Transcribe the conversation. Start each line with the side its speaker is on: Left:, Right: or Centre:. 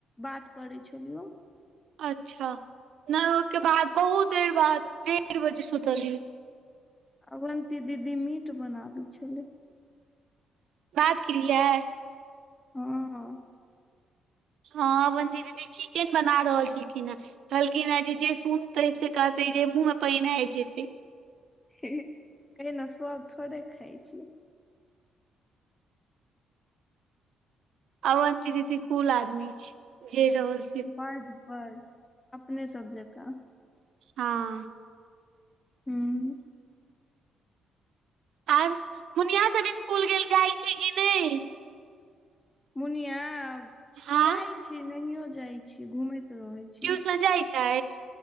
Left: बात करे छलियौ।
Right: अच्छा नहि ओहिके बाद, बहुत देर बाद डेढ़ बजे सुतलियै।
Left: अवन्ती दीदी मीट बनाबै छलै।
Right: बात केलियै।
Left: हँ।
Right: हँ अवन्ती दीदी चिकेन बना रहल छलखिन हे। कहलकिन न जे जे सुनते से कहते जे मुँह में पानिये आबि जेतै।
Left: कहिन ने सब थोड़े खाइ छै।
Right: अवन्ती दीदी कूल आदमी छै, जे रहल छै।
Left: फर्द फर्द अपने सब जकाँ।
Right: हँ।
Left: हूँ।
Right: आर मुनिया सब स्कुल जाय छै कि नहि।
Left: मुनिया
Right: हँ
Left: जाय छी नहियो जाय छी, घूमैत रहै छी
Right: ट्यूशन जाइ छै